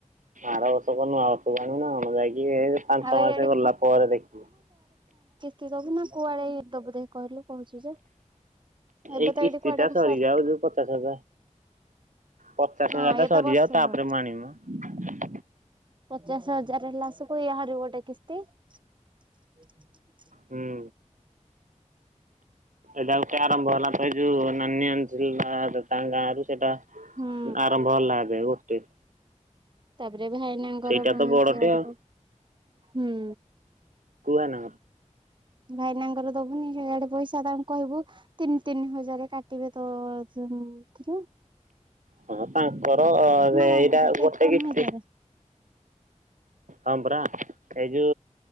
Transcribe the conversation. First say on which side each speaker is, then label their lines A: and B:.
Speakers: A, on the right; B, on the right.
A: ଆର ବର୍ଷକ ନୂଆ ବର୍ଷକୁ ଅଣିବୁନା ଆଉ ଆମର ଯାଇକି ପାଞ୍ଚ
B: ଆଉ
A: ଛ ମାସ
B: ଇଆଡେ
A: ଗଲା ପରେ ଦେଖିବୁ।
B: କି ଦବୁ ନା କୁଆଡେ ଦବୁ ଦେ କହିଲୁ କହୁଛୁ ଯେ ଏବେ
A: ଏଇ କିସ୍ତି
B: ତ ଏଇଠି କୁଆଡେ
A: ଟା ସରିଯାଉ
B: ସରେ
A: ଯୋଉ ପଚାଶ ହଜାର। ପଚାଶ
B: ହଁ
A: ହଜାର ଟା
B: ଇଏ
A: ସରିଯାଉ
B: ତ ବର୍ଷେ
A: ତାପରେ
B: ହବ
A: ମୁଁ ଆଣିବି ମ।
B: ପଚାଶ ହଜାର ହେଲା ସବୁ ଏହାର ଗୋଟେ କିସ୍ତି। <inaudible>
A: ହୁଁ। ଏଇଟା ଗୋଟେ ଆରମ୍ଭ ହେଲା ତ ଏଇ ଜଉ ନାନି ଅ ତାଙ୍କ ଗାଁ ରୁ ସେଟା
B: ହୁଁ
A: ଆରମ୍ଭ ହେଲା ଏବେ ଗୋଟେ <inaudible>
B: ତାପରେ ଭାଇନାଙ୍କର
A: ସେଇଟା
B: ପୁଣୀ
A: ତ ବଡଟେ
B: ସିଆଡେ
A: ଆଉ
B: ତ ହୁଁ
A: କୁହ ନା
B: ଭାଇନାଙ୍କର ଦବୁନି ସେଇଆଡେ ପଇସା ତାଙ୍କୁ କହିବୁ ତିନି ତିନି ହଜାରେ କାଟିବେ ତ <unintelligible>
A: ହଁ ତାଙ୍କର ଏଇଟା
B: ତାଙ୍କର ତେପନ
A: ଗୋଟେ କିସ୍ତି
B: ହଜାରେ
A: ହଁବରା ଏଜୁ